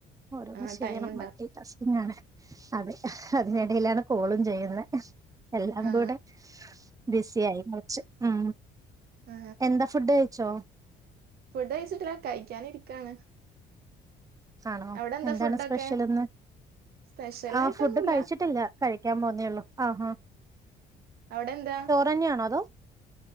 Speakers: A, on the right; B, on the right.
A: ഓരോന്ന്
B: ആ
A: ചെയ്യണം
B: ടൈം ഉണ്ടാവില്ല
A: മൾട്ടിടാസ്കിങ്ങാണ് അതെ അതിനെടേലാണ് കോളും ചെയ്യുന്നെ എല്ലാം
B: ആ
A: കൂടെ ബിസിയായി കൊറച്ച് ഉം
B: ആ
A: എന്താ ഫുഡ് കഴിച്ചോ
B: ഫുഡ് കഴിച്ചിട്ടില്ല കഴിക്കാനിരിക്കാണ്
A: ആണോ
B: അവിടെ എന്താ
A: എന്താണ്
B: ഫുഡൊക്കെ
A: സ്പെഷ്യലിന്ന്
B: സ്പെഷ്യൽ
A: ആഹ്
B: ആയിട്ടൊന്നുല്ല
A: ഫുഡ് കഴിച്ചിട്ടില്ല കഴിക്കാൻ പോന്നേ ഒള്ളു ആഹ് ആഹ്
B: അവ്ടെന്താ
A: തന്നയാണോ അതോ